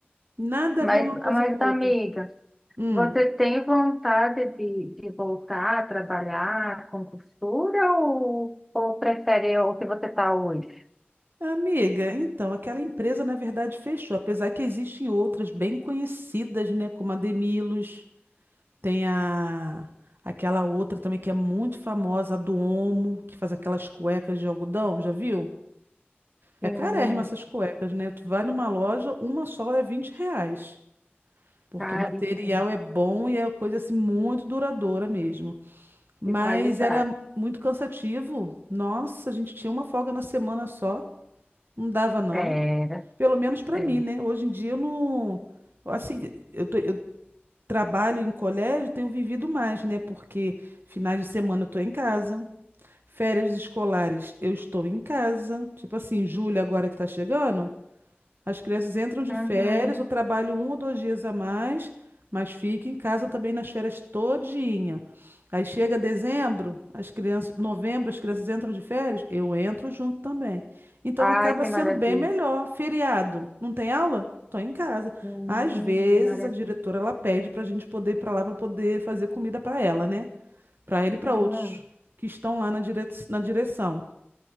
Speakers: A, on the right; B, in the centre.
A: Nada
B: Mas,
A: a ver uma
B: mas
A: coisa com outra.
B: amiga,
A: Hum.
B: você tem vontade de, de voltar a trabalhar com costura ou, ou prefere o que você está hoje?
A: Amiga, então, aquela empresa na verdade fechou, apesar que existem outras bem conhecidas, né, como a Demilos, tem a aquela outra também que é muito famosa, a do Omo, que faz aquelas cuecas de algodão, já viu?
B: Sim,
A: É carérrima essas cuecas, né? Tu vai numa loja, uma só é 20 reais, porque
B: sabe,
A: o material
B: sim,
A: é bom e é coisa assim muito duradoura mesmo. Mas
B: de qualidade.
A: era muito cansativo, nossa, a gente tinha uma folga na semana só, não dava não.
B: Era,
A: Pelo menos para
B: é.
A: mim, né? Hoje em dia eu não. eu, Assim, eu, tô- eu trabalho em colégio, tenho vivido mais, né? Porque finais de semana eu estou em casa, férias escolares eu estou em casa. Tipo assim, julho agora que tá chegando. As crianças entram de
B: Uhum.
A: férias, eu trabalho um ou dois dias a mais, mas fico em casa também nas férias todinha. Aí chega dezembro, as crianças, novembro, as crianças entram de férias, eu entro junto também. Então
B: Ai,
A: acaba
B: que
A: sendo
B: maravilha.
A: bem melhor. Feriado, não tem aula? Tô em casa.
B: Hum,
A: Às vezes
B: maravilha.
A: a diretora ela pede para a gente poder ir para lá para poder fazer comida para ela, né? Para ela e para
B: Hum,
A: outros que estão lá na dire- na direção.